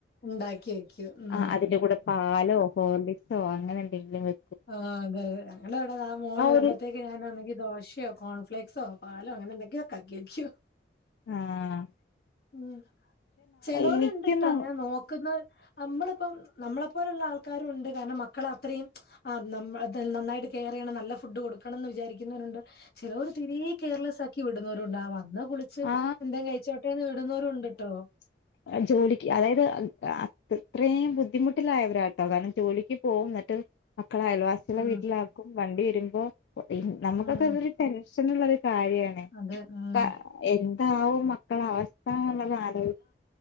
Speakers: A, on the left; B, on the left.
A: ഉണ്ടാക്കി വെക്ക്യും. ഉം
B: ആ അതിന്റെ കൂടെ പാലോ ഹോർലിക്സോ അങ്ങനെ എന്തെങ്കിലും വെ
A: ആഹ് അതെ ഞങ്ങള് ഇതാഇവിടെ ആ മോള് വരുമ്പോഴത്തേയ്
B: ഒരു
A: ക്ക് ഞാൻ ഒന്നെങ്കിൽ ദോശയോ, കോൺഫ്ലേക്സോ, പാലോ അങ്ങനെ എന്തെങ്കിലൊക്കെ ആക്കി വെക്യും
B: ആഹ്
A: ഉം ചേലോർ
B: എനിക്കൊന്നും
A: ണ്ട് ട്ടാ അങ്ങെനെ നോക്കുന്നോര് അമ്മള്പ്പം നമ്മളെപ്പോലെള്ള ആൾക്കാരും ഉണ്ട്. കാരണം മക്കള അത്രെയും ആഹ് നമ്മ നന്നായിട്ട് കെയർ യ്യെണ നല്ല ഫുഡ് കൊടുക്കും ക്കണംന്ന് വിചാരിക്കുന്നവരുണ്ട് ചിലോർ തീരേ കെയർലെസാക്കി വിടുന്നവരുണ്ട് അ വന്ന ച്ച്
B: ആ
A: എന്തേം കഴിച്ചോട്ടേന്ന് വിടുന്നോരും ണ്ട് ട്ടോ.
B: <inaudible> അഹ് ജോലിക്ക് അതായത് അഹ് അഹ് അത് അത്രേയും ബുദ്ധിമുട്ടിലായവരാട്ടോ കാരണം ജോലിക്ക് പോകുന്നട്ട് മക്കളെയൽവാ ചിലെ
A: ഉം
B: വീട്ടിലാക്കും വണ്ടി വരുമ്പോ ഒ ഇ നമുക്കൊക്കെ
A: ഉം
B: അതൊരു ടെൻഷന്ള്ളൊരു കാര്യാ <unintelligible>
A: അതെ ഉം
B: എന്താവും മക്കളെവ സ്ഥാന്നുള്ള ആലോചി